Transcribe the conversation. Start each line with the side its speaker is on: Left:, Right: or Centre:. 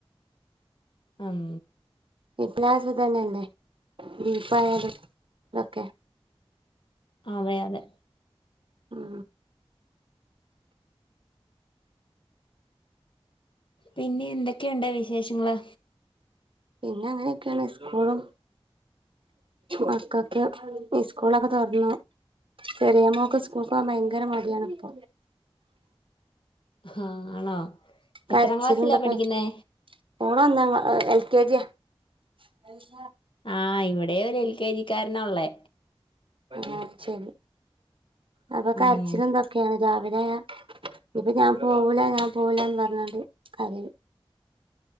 Left: അം
Right: ഇ ക്ലാസ് തന്നെല്ലേ ബീഫായാലും തൊക്കെ
Left: അതെ അതെ
Right: ഉം
Left: പിന്നെ എന്തൊക്കെയുണ്ട് വി ശേഷങ്ങള്
Right: പിന്നെ അങ്ങനെയൊക്കെയാണ് സ്കൂളും മക്കക്ക് സ്കൂളൊക്കെ തൊർന്നു. ചെറിയ മോക്ക് സ്കൂൾ പോകൻ ഭയങ്കര മടിയാണ് ഇപ്പൊ
Left: ഹാ ആണോ എത്രാം
Right: കരച്ചിലും
Left: ക്ലാസ്സിലാ
Right: തൊക്കെആയിട്ട്
Left: പഠിക്കുന്നേ
Right: പോണോന്ന് എ കെജി ആ
Left: ആ ഇവിട് ടെ ഒരു എൽ കെ ജി ക്കാരനാ ഉള്ളേ
Right: ആഹ് ശരി അപ്പൊ
Left: ഉം
Right: കരച്ചില് എന്തൊക്കെയാ രാവിലായ ഇപ്പൊ ഞാൻ പോവൂല ഞാൻ പോവലന്ന് പറഞ്ഞാണ്ട് അത്